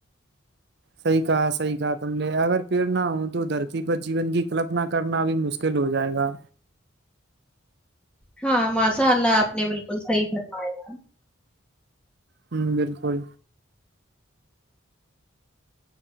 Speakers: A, on the right (about 55°); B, in the centre.
A: صحیح کہا صحیح کہا تم نے اگر پیڑ نہ ہو تو دھرتی پر جیون کی کلپنا کرنا بھی مشکل ہو جائے گا۔
B: ہاں ماشاء اللہ آپ نے بالکل صحیح فرمایا۔
A: ہم بالکل۔